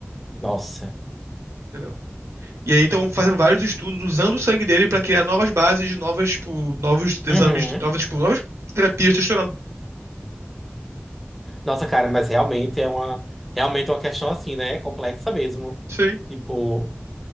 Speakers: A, in the centre; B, on the right (about 85°).
A: Nossa.
B: entendeu? E aí estão fazendo vários estudos usando o sangue dele pra criar novas bases, novas, tipo, novos exames,
A: Uhum.
B: novas, tipo, novas terapias de testosterona.
A: Nossa, cara, mas realmente é uma, realmente é uma questão assim, né? Complexa mesmo.
B: Sim,
A: Tipo,